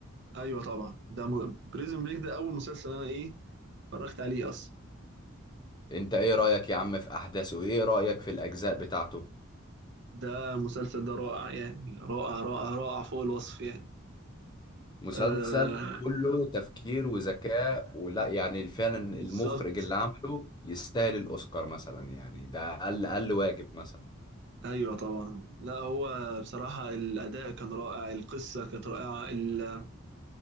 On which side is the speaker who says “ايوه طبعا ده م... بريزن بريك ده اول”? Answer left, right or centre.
Right